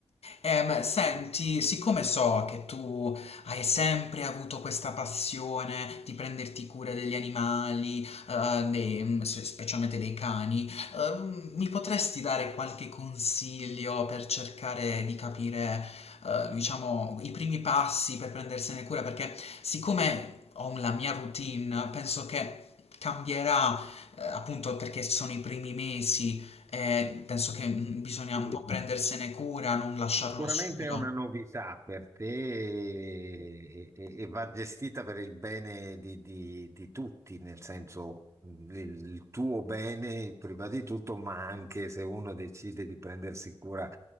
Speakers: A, on the left; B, on the right.
A: Ehm, senti, siccome so che tu hai sempre avuto questa passione di prenderti cura degli animali, eh, dei- se- specialmente dei cani, ehm, mi potresti dare qualche consiglio per cercare di capire, eh, diciamo, i primi passi per prendersene cura? Perché siccome ho la mia routine, penso che cambierà, eh, appunto perché sono i primi mesi eh, penso che mm, bisogna
B: Sì,
A: un po' prendersene cura, non lasciarlo
B: Sicuramente
A: solo.
B: è una novità per te e, e- e va gestita per il bene di, di- di tutti, nel senso mm, il, il tuo bene prima di tutto, ma anche se uno decide di prendersi cura